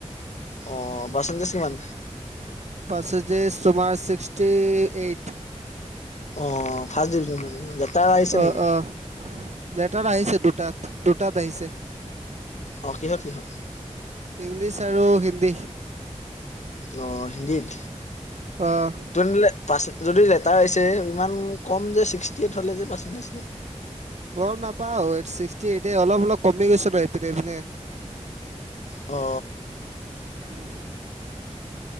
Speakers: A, on the left (about 75°); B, on the right (about 70°).
A: অ পাচেন্তেশ কিমান।
B: পাচেন্তেছ তুমাৰ ছিক্সটি এইট।
A: অ ফাৰ্ষ্ট ডিভিজন মানে। লেটাৰ আহিছে
B: অ
A: নেকি
B: অ লেটাৰ আহিছে দুটাত দুটাত আহিছে।
A: অ কিহত কিহঁত।
B: ইংলিছ আৰু হিন্দী।
A: অ হিন্দীত
B: অঁ
A: তেনে হলে, যদি লেটাৰ আহছে ইমান কম যে ছিক্সটি এইট হলে যে পাচেন্তেটিজ তো,
B: গম নাপাও এই ছিক্সটি এইট অলপ অলপ কমি গৈছেপিনে এইপিনে,
A: অ
B: উম,